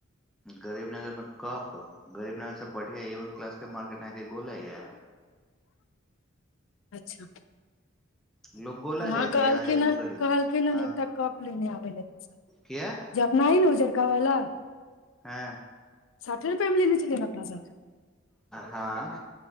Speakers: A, in the centre; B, on the left.
A: गरीब नगर मे कप गरीब नगर से बढ़िया ए वन क्लास के मार्केट अहाँके गोला यै
B: अच्छा
A: लोग गोला
B: माँ
A: जाइ छै
B: कहलखिनहन
A: अहाँ जाइ छै गरीब
B: कहलखिनहन
A: हँ
B: एकटा कप लेने आबै लेल
A: किया
B: जे अपना हइ ने उजरका वाला
A: हँ
B: साठे रुपए मे लेने छलियै अपना सब
A: हँ